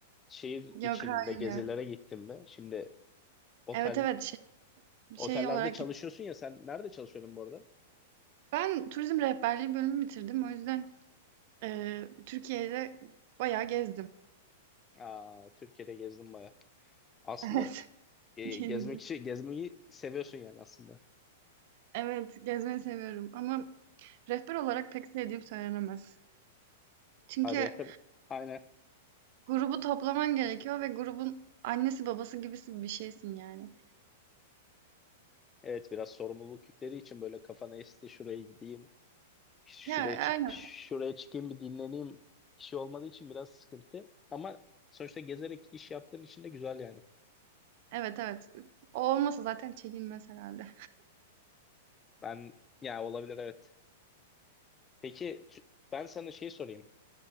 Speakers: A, on the left; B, on the right.
A: şehir
B: Yok
A: içinde
B: hayır
A: gezilere
B: ya.
A: gittin mi? Şimdi otel
B: Evet evet şey,
A: otellerde
B: şey olarak
A: çalışıyorsun ya sen nerede çalışıyordun bu arada?
B: Ben turizm rehberliği bölümü bitirdim. O yüzden, eee, Türkiye'de bayağı gezdim.
A: Aa, Türkiye'de gezdim baya. Aslında
B: <laughs> Evet,
A: e,
B: Türkiye'yi
A: gezmek
B: biliyorum.
A: için gezmeyi seviyorsun yani aslında.
B: Evet, gezmeyi seviyorum ama rehber olarak pek sevdiğim söylenemez. Çünkü
A: Ha, rapper aynen.
B: grubu toplaman gerekiyor ve grubun annesi babası gibisi bir şeysin yani.
A: Evet biraz sorumluluk yükleri için böyle kafana esti şuraya gideyim, işte
B: Ya,
A: şuraya çık
B: aynen.
A: şuraya çıkayım bir dinleneyim işi olmadığı için biraz sıkıntı. Ama sonuçta gezerek iş yaptığın için de güzel yani.
B: Evet, evet. O olmasa zaten çekilmez herhâlde.
A: Ben yani olabilir evet. Peki t- ben sana şey sorayım.